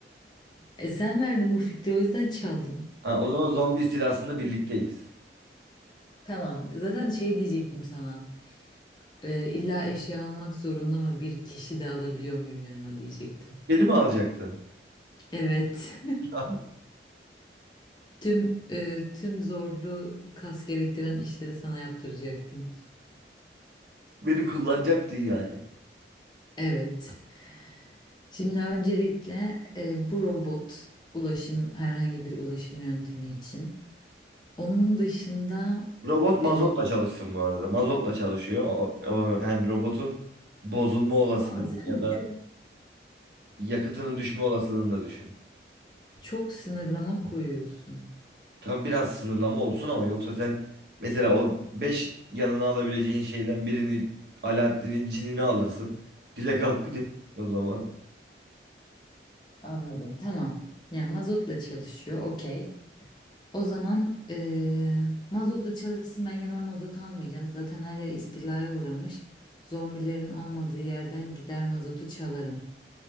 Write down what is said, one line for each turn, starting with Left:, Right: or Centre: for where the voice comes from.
Left: E sen verdin bu fikri o yüzden çaldım.
Right: Ha, o zaman zombi istilasında birlikteyiz.
Left: Tamam. Zaten şey diyecektim sana. Ee, illa eşya olmak zorunda mı? Bir kişi de alabiliyor muyum yanıma diyecektim.
Right: Beni mi alacaktın?
Left: Evet.
Right: Aha,
Left: <laughs> Tüm e, tüm zorlu kas gerektiren işleri sana yaptıracaktım.
Right: Beni kullanacaktın yani.
Left: Evet. Şimdi öncelikle e, bu robot ulaşım herhangi bir ulaşım yöntemi için. Onun dışında
Right: Robot mazotla
Left: e,
Right: çalışsın bu arada. Mazotla çalışıyor. O, o- yani robotun bozulma olasılığı
Left: ama sen
Right: ya da
Left: de çok
Right: yakıtının düşme olasılığını da düşün.
Left: çok sınırlama koyuyorsun.
Right: Tam biraz sınırlama olsun ama yoksa sen mesela o 5 yanına alabileceğin şeyden birini Alaaddin'in cinini alırsın. Dilek hakkı dilek o zaman.
Left: Anladım. Tamam. Yani mazotla çalışıyor. Okey. O zaman eee mazotla çalışsın ben yanıma mazot almayacağım. Zaten her yer istilaya uğramış. Zombilerin olmadığı yerden gider mazotu çalarım.